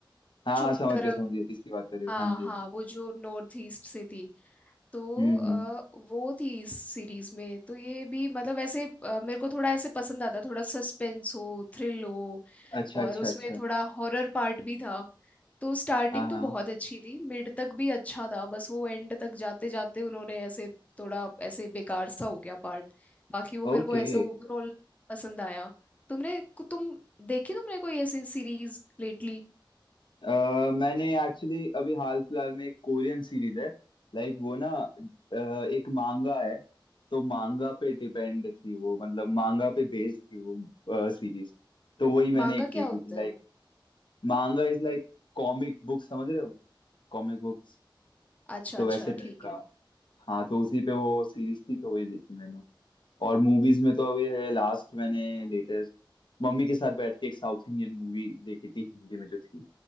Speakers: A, on the left (about 65°); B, on the left (about 15°).
A: हाँ
B: चुम
A: समझ
B: दरंग
A: गया समझ गया किसकी बात कर रहे हो
B: हाँ
A: हाँ जी
B: हाँ
A: हाँ जी
B: वो जो नॉर्थ ईस्ट से थी तो
A: हम्म
B: अ,
A: हम्म
B: वो थी इस सीरीज में तो ये भी मतलब ऐसे अ, मेरे को थोड़ा ऐसे पसंद आता थोड़ा सस्पेंस हो थ्रिल हो
A: अच्छा
B: और
A: अच्छा
B: उसमें
A: अच्छा
B: थोड़ा हॉरर पार्ट भी था तो स्टार्टिंग
A: हाँ हाँ
B: तो बहुत अच्छी थी मिड तक भी अच्छा था बस वो एंड तक जाते जाते उन्होंने ऐसे थोड़ा ऐसे बेकार सा हो गया पार्ट बाकी वो मेरे
A: ओके
B: को ऐसे ओवरऑल पसंद आया तुमने तुम देखी तुमने कोई ऐसी सीरीज लेटली
A: अ, मैंने एक्चुअली अभी हाल फिलहाल में एक कोरियन सीरीज है लाइक वो ना अ, एक मांगा है तो मांगा पे डिपेंड थी वो मतलब मांगा पे बेस्ड थी वो सीरीज तो वही मैंने
B: मांगा
A: एक देखी
B: क्या होता
A: थी like
B: है
A: Manga is like comic book समझ रहे हो कॉमिक बुक्स
B: अच्छा
A: तो
B: अच्छा
A: वैसे टाइप
B: ठीक
A: का
B: है
A: हाँ तो उसी पे वो सीरीज थी तो वही देखी मैंने और मूवीज में तो अभी है लास्ट मैंने लेटेस्ट मम्मी के साथ बैठ के एक साउथ इंडियन मूवी देखी थी हिंदी में जो थी